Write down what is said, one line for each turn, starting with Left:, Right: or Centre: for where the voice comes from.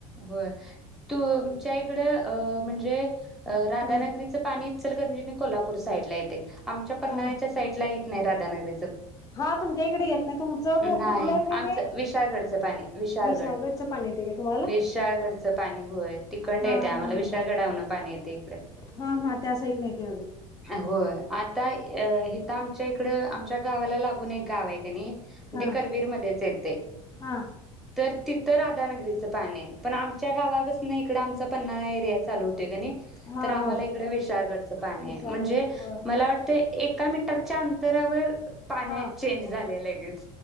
Centre: होय तुमच्या इकड अ म्हणजे राधानगरीचं
Left: ह
Centre: पाणीच इचलकरंजी <unintelligible> कोल्हापूर साईड ला येते आमच्या पन्नाळ्याच्या
Left: हा
Centre: साईड ला येत नाही राधानगरी
Left: हा तुमच्या इकडे येत ना तुमचं
Centre: नाही
Left: ग कुठलं? येतय
Centre: आमचं
Left: ते
Centre: विशाळगडचं पाणी विशाळगड
Left: विशागडचं पाणी येते का तुम्हाला?
Centre: विशाळगडचं पाणी होय तिकडन
Left: हा
Centre: येते आम्हाला
Left: हा <unintelligible>
Centre: विशाळगडावरन
Left: हा
Centre: पाणी येते इकडे.
Left: हा हा त्या साइटन येतय
Centre: होय आ आता हित आमच्या इकडं तुमच्या गावाला लागून एक गाव आहे का नाही?
Left: हा
Centre: ते करवीरमध्येच येते
Left: हा
Centre: तर तिथं राधानगरीचं पाणी आहे पण आमच्या गावापसन नाही इकडे आमचा पन्हाळा एरिया चालू होते का नाही?
Left: हा
Centre: तर आम्हाला
Left: होय
Centre: इकडे विशाळगडचं पाणी
Left: विचारत
Centre: आहे म्हणजे
Left: होय
Centre: मला वाटतय एक एका मीटरच्या अंतरावर पाणी
Left: हा
Centre: चेंज झालंय लगेच